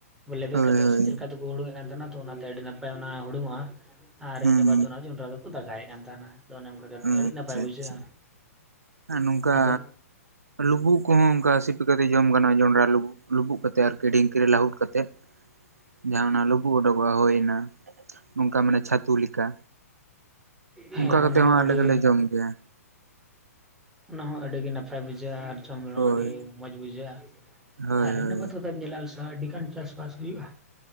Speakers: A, in the centre; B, on the right.
A: ᱞᱮᱵᱮᱫ
B: ᱦᱳᱭ
A: ᱠᱟᱛᱮᱫ ᱥᱮ
B: ᱦᱳᱭ
A: ᱪᱮᱫ ᱞᱮᱠᱟ ᱛᱮᱠᱚ ᱦᱩᱲᱩᱝ ᱮᱫ ᱠᱟᱱ ᱛᱟᱦᱮᱱᱟ ᱛᱚ ᱚᱱᱟᱛᱮ ᱟᱹᱰᱤ ᱱᱟᱯᱟᱭ ᱚᱱᱟ ᱦᱩᱲᱩᱝᱚᱜᱼᱟ ᱟᱨ
B: ᱦᱩᱸ
A: ᱤᱱᱟᱹ ᱵᱟᱫ ᱫᱚ ᱚᱱᱟ ᱡᱚᱸᱰᱨᱟ ᱫᱚᱠᱚ ᱫᱟᱠᱟᱭᱮᱫ ᱠᱟᱱ ᱛᱟᱦᱮᱱᱟ ᱟᱫᱚ ᱚᱱᱮ ᱚᱱᱠᱟ ᱠᱟᱛᱮᱫ
B: ᱟᱪᱪᱷᱟ
A: ᱟᱹᱰᱤ ᱱᱟᱯᱟᱭ ᱵᱩᱡᱷᱟᱹᱜᱼᱟ
B: ᱟᱪᱪᱷᱟ ᱟᱨ ᱱᱚᱝᱠᱟ
A: ᱟᱫᱚ
B: ᱞᱩᱵᱩᱜ ᱠᱚᱦᱚᱸ
A: ᱦᱮᱸ
B: ᱚᱱᱠᱟ ᱥᱤᱯᱤ ᱠᱟᱛᱮ ᱡᱚᱢ ᱜᱟᱱᱚᱜᱟ ᱡᱚᱱᱰᱨᱟ ᱞᱵᱩᱜ ᱞᱩᱵᱩᱜ ᱠᱟᱛᱮᱫ ᱟᱨᱠᱤ ᱰᱷᱤᱝᱠᱤ ᱨᱮ ᱞᱟᱹᱦᱩᱫ ᱠᱟᱛᱮᱫ ᱡᱟᱦᱟᱸ ᱚᱱᱟ ᱞᱩᱵᱩᱜ ᱚᱰᱩᱠᱚᱜ-ᱟ ᱦᱳᱭ ᱚᱱᱟ ᱚᱝᱠᱟ ᱢᱟᱱᱮ ᱪᱷᱟᱹᱛᱩ ᱞᱮᱠᱟ
A: ᱦᱮᱸ
B: ᱚᱱᱠᱟ ᱠᱟᱛᱮ
A: ᱚᱱᱟ
B: ᱦᱚᱸ ᱟᱞᱮ
A: ᱟᱹᱰᱤ
B: ᱫᱚᱞᱮ ᱡᱚᱢ ᱜᱮᱭᱟ
A: ᱚᱱᱟ ᱦᱚᱸ ᱟᱹᱰᱤ ᱜᱮ ᱱᱟᱯᱟᱭ ᱵᱩᱡᱷᱟᱹᱜᱼᱟ ᱟᱨ ᱡᱚᱢ ᱨᱮ
B: ᱦᱳᱭ
A: ᱦᱚᱸ ᱟᱹᱰᱤ ᱢᱚᱸᱡᱽ ᱵᱩᱡᱷᱟᱹᱜᱼᱟ
B: ᱦᱳᱭ
A: ᱟᱨ
B: ᱦᱳᱭ
A: ᱤᱱᱟᱹ ᱵᱟᱛ ᱠᱟᱛᱮ ᱧᱮᱞᱟ ᱟᱞᱮ ᱥᱮᱜ ᱦᱚᱸ ᱟᱹᱰᱤ ᱜᱟᱱ ᱪᱟᱥᱵᱟᱥ ᱦᱩᱭᱩᱜᱼᱟ